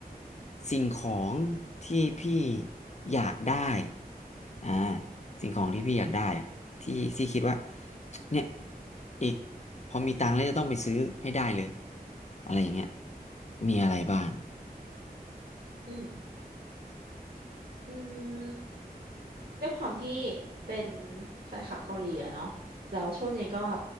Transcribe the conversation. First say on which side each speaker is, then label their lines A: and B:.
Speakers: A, on the left (about 45°); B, on the right (about 65°).
A: สิ่งของที่พี่อยากได้อ่าสิ่งของที่พี่อยากได้อะที่ที่คิดว่าเนี่ยอีกพอมีตังค์แล้วจะต้องไปซื้อให้ได้เลยอะไรอย่างเงี้ยมีอะไรบ้าง
B: อืม อืมด้วยความที่เป็นแฟนคลับเกาหลีอะเนาะแล้วช่วงนี้ก็